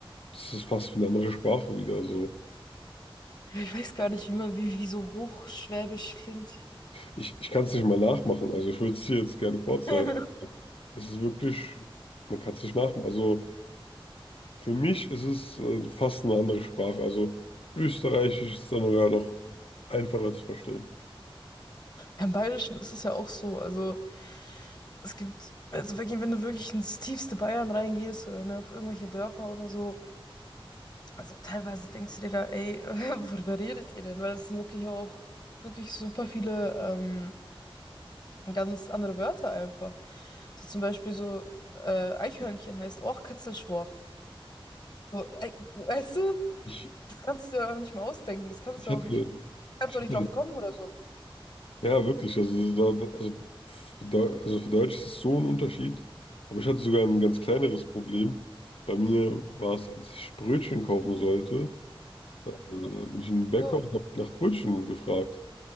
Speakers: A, on the left; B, on the left.
A: das ist fast wie eine andere Sprache wieder. So.
B: ich weiß gar nicht, wie man, wie, wie so hochschwäbisch klingt.
A: Ich, ich kann es nicht mal nachmachen. Also ich würde es dir jetzt gerne vorzeigen.
B: <laughs>
A: Es ist wirklich, man kann es nicht nachmachen. Also für mich ist es äh, fast eine andere Sprache. Also Österreichisch ist dann sogar noch einfacher zu verstehen.
B: Im Bayerischen ist es ja auch so. Also es gibt, also wirklich, wenn du wirklich ins tiefste Bayern reingehst oder ne, auf irgendwelche Dörfer oder so, Also teilweise denkst du dir da, ey, <laughs> worüber redet ihr denn? Weil es sind wirklich auch wirklich super viele ähm, ganz andere Wörter einfach. So zum Beispiel so äh, Eichhörnchen heißt auch Katzelschworf. So, ey, weißt du,
A: Ich,
B: das kannst du dir auch nicht mal ausdenken. Das kannst
A: ich
B: du
A: hatte,
B: auch nicht, kannst
A: ich
B: du auch
A: hatte,
B: nicht drauf kommen oder so.
A: ja wirklich, also, so da, da- also, für Deu- also für Deutsch ist es so ein Unterschied. Aber ich hatte sogar ein ganz kleineres Problem. Bei mir war es, als ich Brötchen kaufen sollte, äh, bin ich in den Bäcker
B: So.
A: und habe nach Brötchen gefragt.